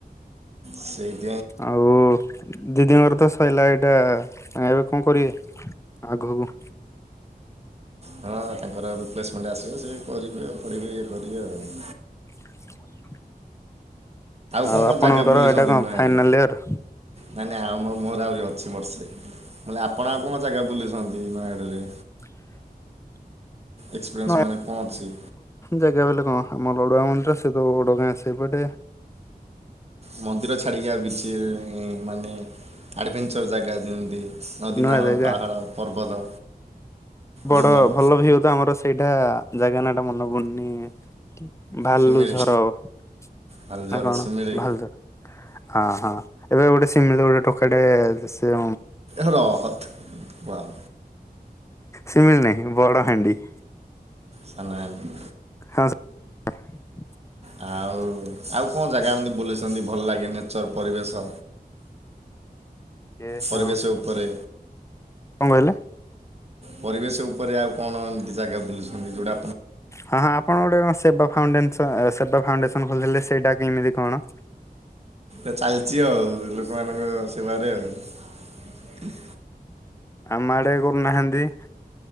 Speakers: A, on the right; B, on the left.
A: ସେଇ
B: ଆଉ ଦିଦିଙ୍କର ତ ସଇଲା ଏ ଏଟା ଏବେ କଣ କରିବେ ଆଗକୁ?
A: ହଁ ତାଙ୍କର ରିପ୍ଲେସମେଣ୍ଟ ଆସିବ ସେ କରିବେ ଆଉ ପଢ଼ିବେ ଇଏ କରିବେ ଆଉ।
B: <inaudible> ଆଉ
A: କଣ
B: ଆପଣଙ୍କର
A: କଣ ଜାଗା ବୁଲିଛନ୍ତି
B: ଏଇଟା କଣ
A: ନୟାଗଡ଼ରେ
B: ଫାଇନାଲ ଇୟର?
A: ନାଇଁ ନାଇଁ ଆଉ ମୋର ଆହୁରି ଅଛି ବର୍ଷେ। ମୁଁ କହିଲି ଆପଣ ଆଉ କଣ ଜାଗା ବୁଲିଛନ୍ତି ନୟାଗଡ଼ରେ?
B: <inaudible>
A: ଏକ୍ସପେରିଏନ୍ସ
B: ନୂଆ
A: ମାନେ କଣ ଅଛି?
B: ଜାଗା ବୋଇଲେ କଣ ଆମର ତ <unintelligible> ସେ ତ ବଡଗାଁ ସେଇପଟେ।
A: ମନ୍ଦିର ଛାଡିକି ଆଉ କିଛି ମାନେ ଆଡଭେଞ୍ଚର ଜାଗା ଯେମତି ନଦୀ,
B: ନୂଆ
A: ନାହଳ,
B: ଜାଗା
A: ପାହାଡ, ପର୍ବତ।
B: ବଡ
A: ଜଙ୍ଗଲ
B: ଭଲ ଭିଉ ତ ଆମର ସେଇଟା ଜାଗା ନା ଟା ମନେ ପଡୁନି ଭାଲୁଝର
A: ଶିମିଳି
B: ନା
A: ହାଲଝର
B: କଣ
A: ଶିମିଳି
B: ଭାଲୁଝର ହଁ ହଁ। ଏବେ ଗୋଟେ ସିମିଳି ଗୋଟେ ଟୋକାଟେ ସେ
A: ରହ ତୁ ୱାଓ
B: ଶିମିଳି ନାହିଁ ବଡହାଣ୍ଡି।
A: ସାନହାଣ୍ଡି।
B: <unintelligible>
A: ଆଉ ଆଉ କଣ ଜାଗା ଏମତି ବୁଲଛନ୍ତି ଭଲ ଲାଗେ ନେଚର ପରିବେଶ?
B: ହଁ
A: ପରିବେଶ ଉପରେ
B: <unintelligible>
A: ପରିବେଶ ଉପରେ ଆଉ କଣ ଏମିତି ଜାଗା ବୁଲିଛନ୍ତି ଯୋଉଟା
B: ହଁ ହଁ ଆପଣ ଗୋଟେ କଣ ସେବା ଫାଉଣ୍ଡସନ ସେବା ଫାଉଣ୍ଡେସନ ଖୋଲିଥିଲେ ସେଇଟା କେମିତି କଣ?
A: ଏ ଚାଲିଛି ଆଉ ଲୋକମାନଙ୍କ ସେବାରେ ଆଉ।
B: ଆମ ଆଡେ ବୁଲୁନାହାନ୍ତି।